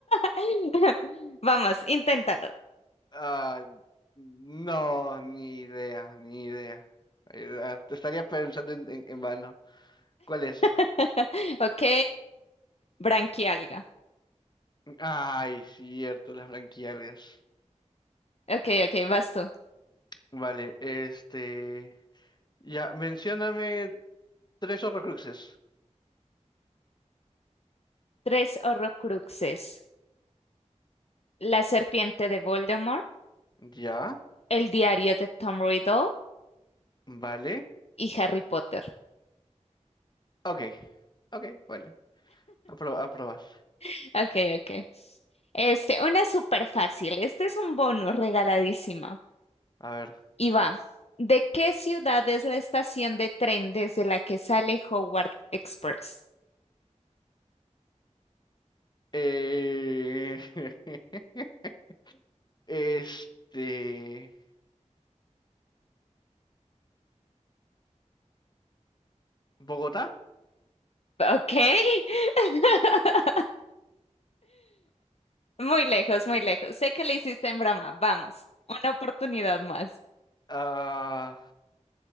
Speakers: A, on the left (about 55°); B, on the left (about 35°).
A: <laughs> Vamos, inténtalo.
B: Ah, no, ni idea, ni idea. Ay, ah, Te estaría pensando en, en- en vano. ¿Cuál es?
A: <laughs> Ok, branquialga.
B: Ay, cierto, las branquialias.
A: Ok, ok, vas tú.
B: Vale, este. Ya, mencióname tres horrocruxes.
A: Tres Horrocruxes. La serpiente de Voldemort,
B: Ya,
A: el diario de Tom Riddle
B: vale.
A: y Harry Potter.
B: Ok, ok, vale. Apro- aprobas.
A: <laughs> Ok, ok. Este, una súper fácil. Este es un bonus regaladísima.
B: A ver.
A: Y va. ¿De qué ciudad es la estación de tren desde la que sale Howard Express?
B: Eh... <laughs> Este, Bogotá,
A: Ok. <laughs> Muy lejos, muy lejos. Sé que lo hiciste en broma. Vamos. Una oportunidad más.
B: ah,